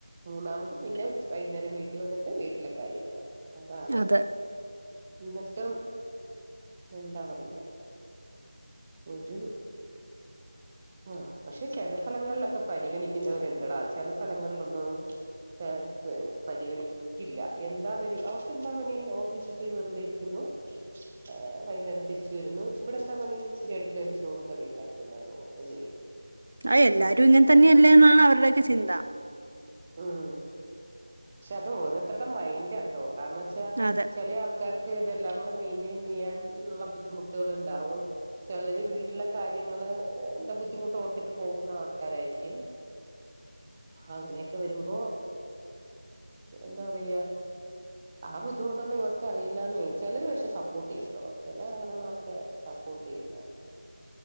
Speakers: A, on the right (about 25°); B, on the right (about 55°).
A: മൂന്നാമത് പിന്നെ ഉച്ച വൈകുന്നേരം വീട്ടി വന്നിട്ട് വീട്ടിലെ കാര്യങ്ങള്. അതാണ്
B: അതെ
A: എന്നിട്ടും എന്താ പറയാ ഒരു ആ പക്ഷെ ചില സ്ഥലങ്ങളിലൊക്കെ പരിഗണിക്കുന്നവരിണ്ടടാ ചില സ്ഥലങ്ങളിലൊന്നും ചെ പ് പരിഗണിക്കില്ല എന്താ പര് അവക്കെന്താപണി ഓഫീസിപോയി വെറുതെ ഇരിക്കുന്നു. ഏഹ് വൈന്നേരം തിരിച്ച് വരുന്നു. ഇവിടെ എന്താ പണി ഇച്ചിരി അടുക്കളേല് ചോറും കറിയും ഇണ്ടാക്കുന്നതോ എന്ന് ചോദിക്കും.
B: ആഹ് എല്ലാരും ഇങ്ങനതന്നയാണ് ല്ലേന്നാണ് അവരുടെക്കെ ചിന്ത
A: ആഹ ക്ഷെ അത് ഓരോത്തരുടെ മൈന്റ് ആ ട്ടോ കാരണച്ചാ
B: അതെ
A: ചെലേആൾക്കാർക്ക് ഇതെല്ലാംകൊ ക്ക മെയിന്റെയിൻ ചെയ്യാൻ ഉള്ള ബുദ്ധിമുട്ടുകളുണ്ടാവും ചെലര് വീട്ട്ലെ കാര്യങ്ങള് എന്താ ബുദ്ധിമുട്ട് ഓർത്തിട്ട് പോകുന്ന ആൾക്കാരായിരിക്കും അങ്ങനെയൊക്കെ വരുമ്പോ എന്താ പറയാ ആ ബുദ്ധിമുട്ടൊന്നും ഇവർക്ക് അറിയില്ലാന്നെ ചിലര് പക്ഷെ സപ്പോർട്ട് ചെയ്യുട്ടോ ചില ആണുങ്ങളൊക്കെ സപ്പോർട്ട് ചെയ്യുന്ന